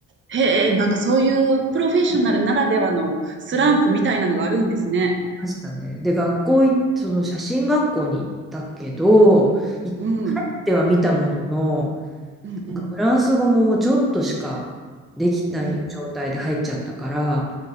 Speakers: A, on the right; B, in the centre.
A: へえ、なんかそういうプロフェッショナルならではのスランプみたいなのがあるんですね。
B: うんましたね。で、学校い、その写真学校に行ったけど、い入っては見たものの、
A: うん。うんうん。
B: なんかフランス語ももうちょっとしかできない状態で入っちゃったから、
A: うん。